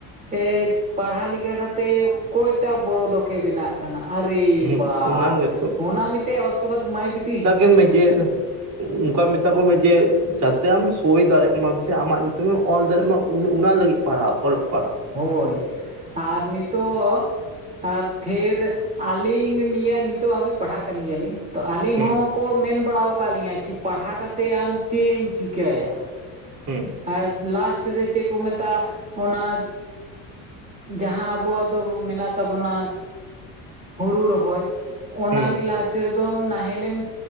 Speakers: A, on the right; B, on the right.
A: ᱮᱫ ᱯᱟᱲᱦᱟᱣ ᱞᱮᱠᱟ ᱠᱟᱛᱮ ᱚᱠᱚᱭᱴᱟᱜ ᱵᱚᱲᱚ ᱞᱳᱠᱮ ᱵᱮᱱᱟᱜ ᱠᱟᱱᱟ ᱟᱨᱮ
B: ᱦᱩᱸ
A: ᱵᱟᱯ
B: ᱚᱱᱟ ᱜᱮᱛᱚ
A: ᱚᱱᱟ ᱢᱤᱫᱴᱮ ᱚᱥᱠᱮ ᱵᱟᱫ ᱢᱟᱭ ᱵᱤᱴᱤ
B: ᱢᱮᱱ ᱢᱮᱜᱮ ᱚᱝᱠᱟ ᱢᱮᱛᱟ ᱠᱚ ᱢᱮ ᱡᱮ ᱡᱟᱛᱮ ᱟᱢ ᱥᱳᱭ ᱫᱟᱲᱮᱜ ᱢᱟᱢ ᱥᱮ ᱟᱢᱟᱜ ᱧᱩᱛᱩᱢ ᱮᱢ ᱚᱞ ᱫᱟᱲᱮᱜ ᱢᱟ ᱚᱱᱟ ᱚᱱᱟ ᱞᱟᱹᱜᱤᱫ ᱛᱮ ᱯᱟᱲᱦᱟᱣ ᱚᱞᱚᱜ ᱯᱟᱲᱦᱟᱣ
A: ᱦᱳᱭ ᱟᱨ ᱱᱤᱛᱚᱜ ᱟᱨ ᱯᱷᱮᱨ ᱟᱹᱞᱤᱧ ᱱᱤᱭᱟᱹ ᱱᱤᱛᱚᱜ ᱦᱟᱹᱵᱤᱡ ᱯᱟᱲᱦᱟᱜ ᱠᱟᱱ ᱜᱮᱭᱟᱞᱤᱧ ᱾ ᱛᱚ ᱟᱹᱞᱤᱧ
B: ᱦᱩᱸ
A: ᱦᱚᱸᱠᱚ ᱢᱮᱱ ᱵᱟᱲᱟ ᱟᱠᱟᱫ ᱞᱤᱧᱟᱹ ᱠᱤ ᱯᱟᱲᱦᱟᱜ ᱠᱟᱛᱮ ᱟᱢ ᱪᱮᱫ ᱮᱢ ᱪᱤᱠᱟᱹᱭᱟ?
B: ᱦᱩᱸ ᱾
A: ᱟᱨ ᱞᱟᱥᱴ ᱨᱮ ᱪᱮᱫ ᱠᱚ ᱢᱮᱛᱟᱜᱼᱟ ᱚᱱᱟ ᱡᱟᱦᱟᱸ ᱟᱵᱚᱣᱟᱜ ᱫᱚ ᱢᱮᱱᱟᱜ ᱛᱟᱵᱚᱱᱟ ᱦᱩᱲᱩ ᱨᱚᱦᱚᱭ ᱚᱱᱟ
B: ᱦᱩᱸ
A: ᱜᱮ ᱞᱟᱥᱴ ᱾ ᱞᱟᱥᱴ ᱨᱮᱫᱚᱢ ᱱᱟᱦᱮᱞᱮᱢ